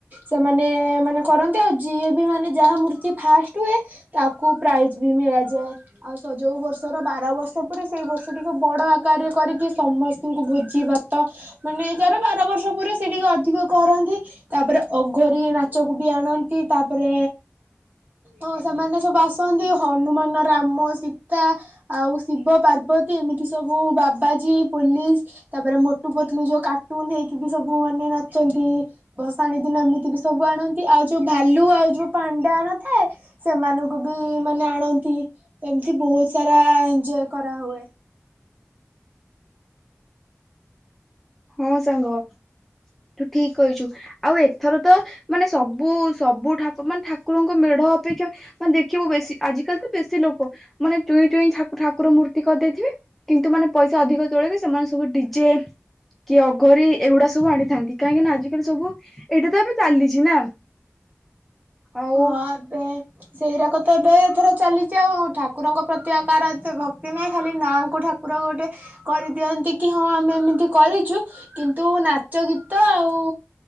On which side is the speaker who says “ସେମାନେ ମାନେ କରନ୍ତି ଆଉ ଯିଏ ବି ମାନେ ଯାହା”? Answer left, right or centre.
Right